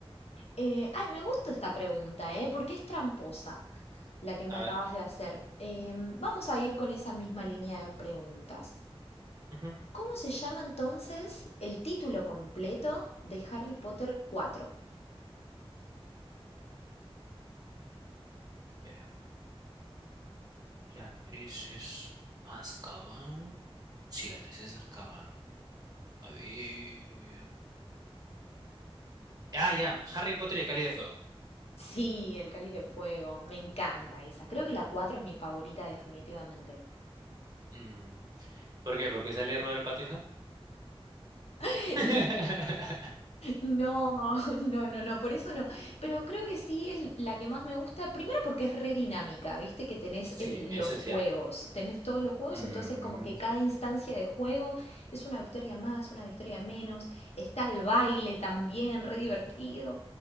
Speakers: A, on the left; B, on the right.
A: Eh, ay, me gusta esta pregunta, ¿eh? Porque es tramposa la que me
B: A
A: acabas
B: ver.
A: de hacer. Em, vamos a ir con esa misma línea de preguntas.
B: ujú.
A: ¿Cómo se llama entonces el título completo de Harry Potter 4?
B: Espera. La 3 es Azkaban. Sí, la 3 es Azkaban. A ver. Ah, ya. Harry Potter y el Cáliz de Fuego.
A: Sí, el Cáliz de Fuego, me encanta esa. Creo que la 4 es mi favorita definitivamente.
B: Mm, ¿Por qué? ¿Porque sale Robert Pattinson?
A: <laughs>
B: <laughs>
A: No, <laughs> no, no, no, por eso no. Pero creo que sí es la que más me gusta, primero porque es re dinámica, viste que tenés
B: Sí,
A: eh,
B: eso
A: los juegos,
B: es cierto.
A: tenés todos los juegos,
B: Mm,
A: entonces como que cada instancia de juego es una victoria más, una victoria menos, está el baile también, re divertido.